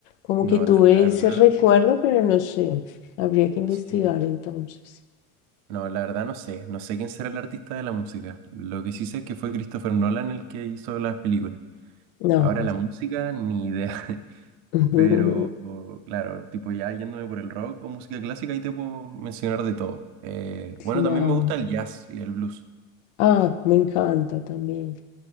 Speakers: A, on the left; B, on the right.
A: Como
B: No,
A: que
B: la,
A: tuve
B: la verdad,
A: ese recuerdo, pero no sé. Habría que investigar
B: sí.
A: entonces.
B: No, la verdad no sé. No sé quién será el artista de la música. Lo que sí sé es que fue Christopher Nolan el que hizo las películas.
A: No.
B: Ahora la música, ni idea. <laughs>
A: <laughs> es-
B: Pero claro, tipo ya yéndome por el rock o música clásica, ahí te puedo mencionar de todo. Eh, bueno,
A: Claro.
B: también me gusta el jazz y el blues.
A: Ah, me encanta también.